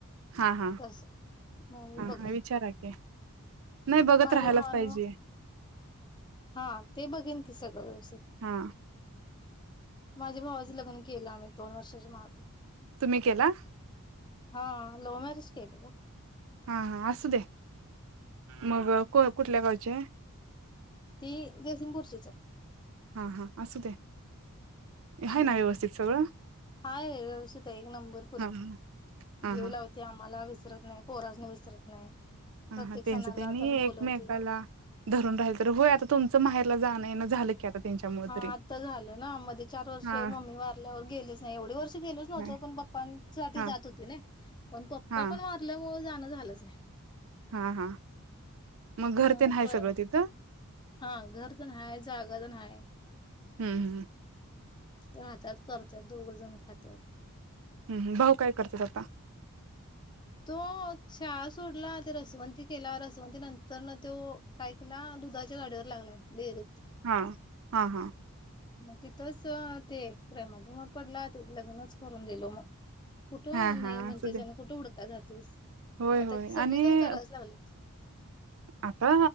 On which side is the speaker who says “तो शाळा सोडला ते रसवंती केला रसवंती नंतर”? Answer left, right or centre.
Left